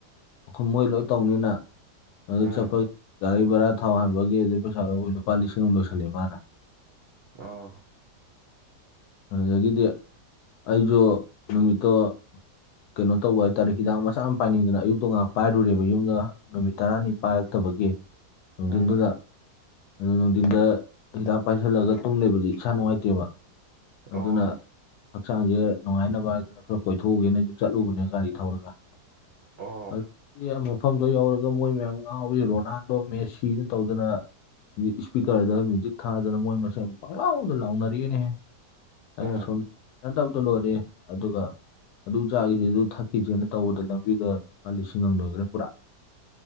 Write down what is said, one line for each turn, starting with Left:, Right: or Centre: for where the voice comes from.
Left: ꯑꯩꯈꯣꯏ ꯂꯣꯏ ꯇꯧꯅꯤꯅ ꯑꯗꯨ
Right: ꯎꯝ
Left: ꯆꯠꯄꯒꯤ ꯒꯥꯔꯤ ꯚꯔꯥ ꯊꯥꯎ ꯍꯥꯟꯕꯒꯤ ꯑꯗꯨꯗꯩ ꯄꯩꯁꯥ ꯂꯧꯕꯩ ꯂꯨꯄꯥ ꯂꯤꯁꯤꯡ ꯑꯃ ꯂꯣꯏꯁꯜꯂꯦ ꯃꯥꯅ
Right: ꯑꯣ
Left: ꯑꯗꯒꯤꯗꯤ ꯑꯩꯁꯨ ꯅꯨꯃꯤꯠꯇꯣ ꯀꯩꯅꯣ ꯇꯧꯕ ꯍꯥꯏꯇꯥꯔꯦ ꯍꯤꯗꯥꯛ ꯃꯆꯥ ꯑꯃ ꯄꯥꯏꯅꯤꯡꯗꯅ ꯑꯌꯨꯛꯇꯣ ꯉꯥꯏꯍꯥꯛ ꯄꯥꯏꯔꯨꯔꯦꯕ ꯌꯨꯝꯗꯒ ꯅꯨꯃꯤꯠ ꯇꯔꯥꯅꯤ ꯄꯥꯏꯔꯛꯇꯕꯒꯤ ꯅꯨꯡꯊꯤꯟꯗꯨꯗ
Right: ꯎꯝ
Left: ꯑꯗꯨ ꯅꯨꯡꯊꯤꯟꯗ ꯍꯤꯗꯥꯛ ꯄꯥꯏꯁꯤꯜꯂꯒ ꯇꯨꯝ ꯂꯩꯕꯗꯤ ꯏꯁꯥ ꯅꯨꯡꯉꯥꯏꯇꯦꯕ ꯑꯗꯨꯅ
Right: ꯑꯣ
Left: ꯍꯛꯆꯥꯡꯁꯦ ꯅꯨꯡꯉꯥꯏꯅ ꯕ ꯍꯥꯏꯗꯅ ꯈꯔ ꯀꯣꯏꯊꯣꯛꯎꯒꯦꯅ ꯑꯩꯁꯨ ꯆꯠꯂꯨꯕꯅꯦ ꯒꯥꯔꯤ ꯊꯧꯔꯒ
Right: ꯑꯣ
Left: ꯑꯗꯨꯒꯤ ꯃꯐꯝꯗꯣ ꯌꯧꯔꯒ ꯃꯣꯏ ꯃꯌꯥꯝ ꯉꯥꯎꯋꯤ ꯔꯣꯅꯥꯜꯗꯣ ꯃꯦꯁꯤꯅ ꯇꯧꯗꯅ ꯏꯁꯄꯤꯀꯔꯗ ꯃ꯭ꯌꯨꯖꯤꯛ ꯊꯥꯗꯅ ꯃꯣꯏ ꯃꯁꯦꯟ ꯄꯪꯂꯥꯎꯗ ꯂꯥꯎꯅꯔꯛꯑꯦꯅꯦꯍꯦ ꯑꯩꯅ
Right: ꯎꯝ
Left: ꯁꯣꯝꯗ ꯍꯩꯅꯗꯕꯗ ꯂꯣꯏꯔꯦ ꯑꯗꯨꯒ ꯑꯗꯨ ꯆꯥꯈꯤꯁꯦ ꯑꯗꯨ ꯊꯛꯀꯤꯁꯦꯅ ꯇꯧꯕꯗ ꯂꯝꯕꯤꯗ ꯂꯄꯥ ꯂꯤꯁꯤꯡ ꯑꯃ ꯂꯣꯏꯈ꯭ꯔꯦ ꯄꯨꯔꯥ